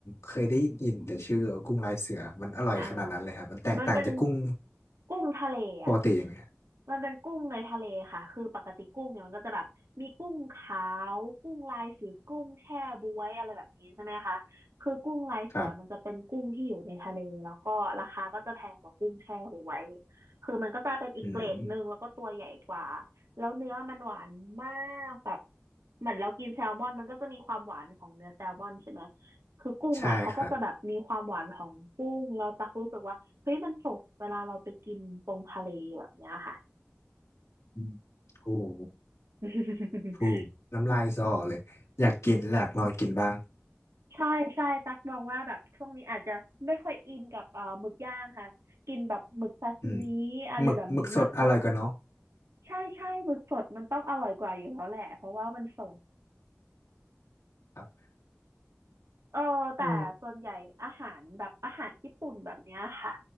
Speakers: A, on the left; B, on the right.
A: เคยได้ยินแต่ชื่อกุ้งลายเสือมันอร่อยขนาดนั้นเลยครับมันแตกต่างจากกุ้ง
B: อ่ามันเป็นกุ้งทะเลอ่ะ
A: ปกติยังไง
B: มันเป็นกุ้งในทะเลค่ะคือปกติกุ้งเนี่ยมันก็จะแบบมีกุ้งขาวกุ้งลายเสือกุ้งแช่บ๊วยอะไรแบบนี้ใช่ไหมคะคือกุ้งลายเสือมันจะเป็นกุ้งที่อยู่ในทะเลแล้วก็ราคาก็จะแพงกว่ากุ้งแช่บ๊วย
A: ครับ
B: คือมันก็จะเป็นอีกเกรดหนึ่งแล้วก็ตัวใหญ่กว่า
A: อืม
B: แล้วเนื้อมันหวานมากแบบเหมือนเรากินแซลมอนมันก็จะมีความหวานของเนื้อแซลมอนใช่ไหม คือกุ้งอ่ะเขาก็จะแบบมีความหวานของกุ้งเราตักรู้สึกว่าเฮ้ยมันสดเวลาเราไปกินตรงทะเลแบบเนี้ยค่ะ
A: ใช่ครับอืมโอ้โห
B: <laughs>
A: ฟูน้ำลายสอเลยอยากกินอยากลองกินบ้าง
B: ใช่ใช่ตักมองว่าแบบช่วงนี้อาจจะไม่ค่อยอินกับเอ่อหมึกย่างค่ะกินแบบหมึกซาซิมิอะไรแบบนี้มากกว่า
A: อืมหมึกหมึกสดอร่อยกว่าเนาะ
B: ใช่ใช่หมึกสดมันต้องอร่อยกว่าอยู่แล้วแหละเพราะว่ามันสด
A: ครับ
B: เออแต่ส่วนใหญ่อาหารแบบอาหารญี่ปุ่นแบบเนี้ยค่ะ
A: อ๋อ